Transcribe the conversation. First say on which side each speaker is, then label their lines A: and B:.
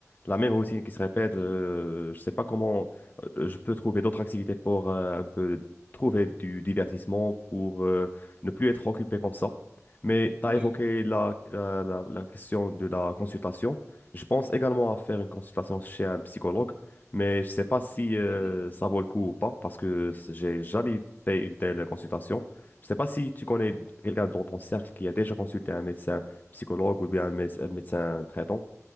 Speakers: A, on the left; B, on the right.
A: La même routine qui
B: oui,
A: se répète.
B: oui,
A: euh,
B: oui,
A: je sais pas comment euh, je peux trouver d'autres activités pour euh, un peu trouver du divertissement, pour euh, ne plus être occupé comme ça. Mais tu
B: oui,
A: as évoqué la, la, la- la question de la consultation. Je pense également à faire une consultation chez un psychologue, mais je ne sais pas si
B: c'est
A: euh,
B: très bien.
A: ça vaut le coup ou pas, parce que c- j'ai jamais fait une telle consultation. Je ne sais pas si tu connais quelqu'un dans ton cercle qui a déjà consulté un médecin psychologue ou bien un, méde- un médecin traitant,